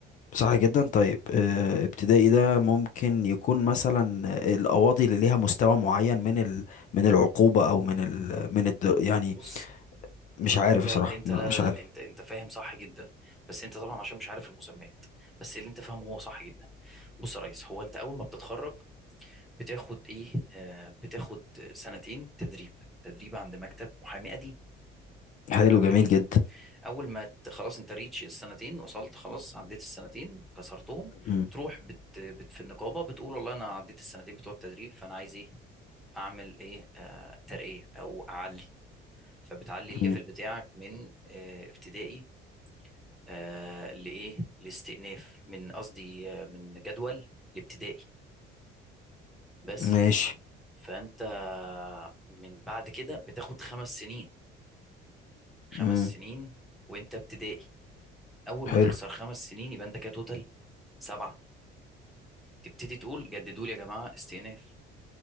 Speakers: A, on the left; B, in the centre.
A: صح جدا طيب آه، ابتدائي ده ممكن يكون مثلا القواضي اللي ليها مستوى معين من ال... من العقوبة او من ال... من الد... يعني
B: بص
A: مش
B: هو
A: عارف
B: انت
A: بصراحة
B: انت
A: لا،
B: لا
A: مش
B: لا لا
A: عارف
B: انت انت فاهم صح جدا بس انت طبعا عشان مش عارف المسميات بس اللي انت فاهمه هو صح جدا بص يا ريس هو انت اول ما بتتخرج بتاخد ايه آه بتاخد سنتين تدريب تدريب عند مكتب محامي قديم
A: حلو
B: كلام
A: جميل
B: جميل
A: جدا
B: اول ما ت- خلاص انت ريتش السنتين وصلت خلاص عديت السنتين كسرتهم
A: مم.
B: تروح بت بت في النقابه بتقول والله انا عديت السنتين بتوع التدريب فانا عايز ايه اعمل ايه آه ترقيه او اعلي فبتعلي الليفل
A: مم.
B: بتاعك من آه، ابتدائي آه لإيه لاستئناف من قصدي آه، من جدول الابتدائي بس
A: ماشي
B: فأنت من بعد كده بتاخد خمس سنين خمس
A: مم.
B: سنين وأنت ابتدائي أول
A: حلو
B: ما تكسر خمس سنين يبقى أنت كده توتال سبعة تبتدي تقول جددوا لي يا جماعة استئناف